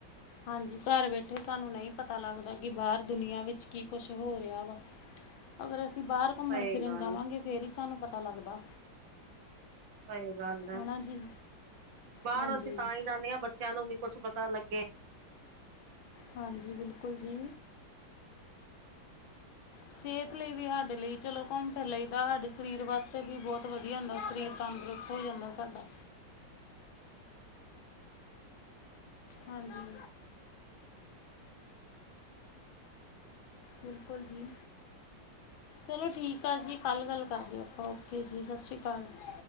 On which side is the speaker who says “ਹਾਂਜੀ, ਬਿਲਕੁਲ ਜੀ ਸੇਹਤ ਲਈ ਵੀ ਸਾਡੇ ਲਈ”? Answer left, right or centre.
Left